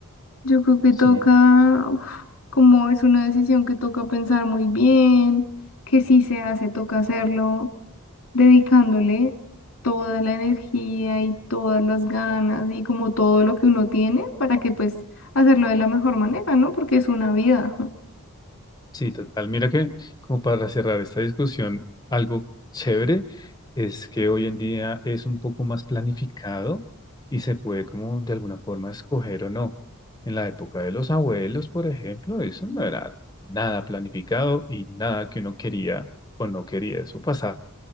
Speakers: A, on the left; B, on the left.
A: Yo creo que
B: Sí,
A: toca, uf, como es una decisión que toca pensar muy bien, que si se hace, toca hacerlo, dedicándole toda la energía y todas las ganas y como todo lo que uno tiene para que pues hacerlo de la mejor manera, ¿no? Porque es una vida.
B: sí, total. Mira que como para cerrar esta discusión, algo chévere es que hoy en día es un poco más planificado y se puede como de alguna forma escoger o no. En la época de los abuelos, por ejemplo, eso no era nada planificado y nada que uno quería o no quería. Eso pasaba